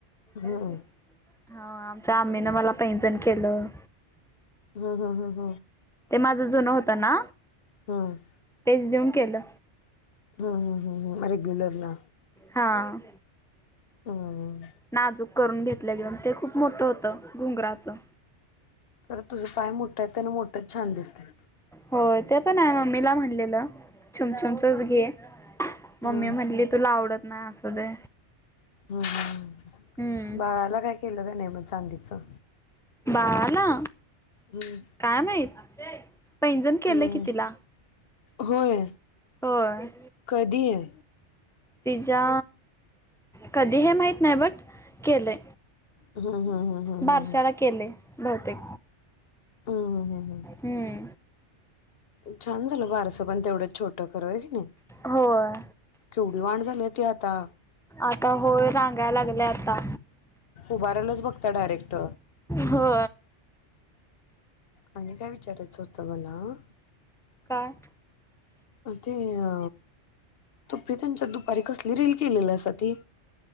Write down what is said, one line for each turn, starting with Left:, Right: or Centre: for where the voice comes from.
Left: हम्म
Centre: हा आमच्या आम्मीनं मला पैंजण केलं
Left: ह ह ह ह
Centre: माझा जुनं होत ना
Left: हम
Centre: तेच देऊन केलं
Left: ह ह ह रेग्युलरला
Centre: हां
Left: ह
Centre: नाजूक करून घेतलं एकदम ते खूप मोठं होतं घुंगराचं
Left: अगं तुझं पाय मोठाय त्यान मोठंच छान दिसते
Centre: हो ते पण आहे मम्मीला म्हणलेलं छुमछुमचच घे मम्मी
Left: हं
Centre: म्हणली तुला आवडत नाय असू दे
Left: हम्म हम
Centre: हम्म
Left: बाळाला काय केलं का नाही मग चांदीचं
Centre: बाळाला
Left: हं
Centre: काय माहित पैंजण केलंय
Left: हं
Centre: की तिला
Left: होय
Centre: होय
Left: कधी आहे
Centre: तिच्या कधी हे माहित नाही बट केलंय
Left: हं हं हं हं
Centre: बारशाला
Left: हं हं
Centre: केलंय बहुतेक
Left: हं हं हं हं
Centre: हम्म
Left: छान झालं बारसं पण तेवढंच छोटं खरं होय कणी
Centre: होय
Left: केवढी व्हान्ड झाली आहे ती आता
Centre: आता होय रांगाय लागले आता
Left: उभारायल्याच बघत्या डायरेक्ट
Centre: हो
Left: आणि काय विचारायचं होतं मला
Centre: काय
Left: ते अ तुपी त्यांच्यात दुपारी कसली रील केलेलीसा ती